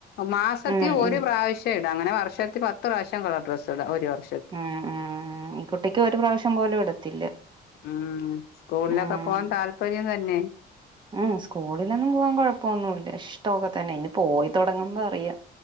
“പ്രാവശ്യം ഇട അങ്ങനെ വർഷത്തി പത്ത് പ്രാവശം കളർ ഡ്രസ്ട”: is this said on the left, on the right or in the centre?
Left